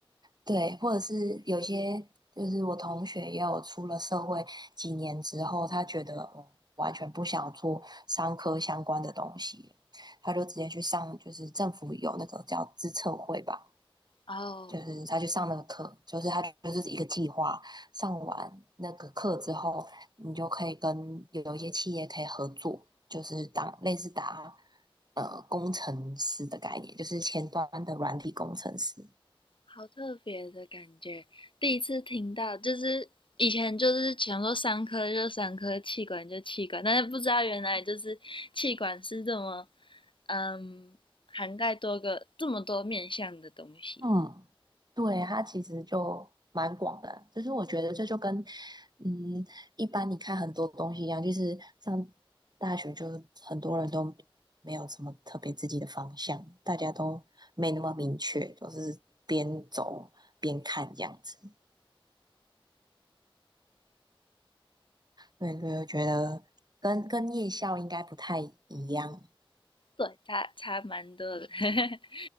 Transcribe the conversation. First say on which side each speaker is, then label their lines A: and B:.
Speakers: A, on the right (about 45°); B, on the left (about 60°).
A: 对，或者是有些就是我同学也有出了社会几年之后，他觉得哦，完全不想做商科相关的东西了他就直接去上就是政府有那个叫资策会吧。
B: 哦，
A: 就是他去上那个课，就是他就是一个计划，上完那个课之后，你就可以跟有一些企业可以合作，就是当类似打呃工程师的概念，就是前端的软体工程师。
B: 好特别的感觉，第一次听到，就是以前就是想说三科就三科，气管就气管，但是不知道原来就是气管是这么嗯涵盖多个这么多面向的东西。
A: 嗯。对，它其实就蛮广的，就是我觉得这就跟嗯，一般你看很多东西一样，就是上大学就很多人都没有什么特别自己的方向，大家都没那么明确，就是边走边看这样子。对对，我觉得跟跟夜校应该不太一样。
B: 对，差差蛮多的。<laughs>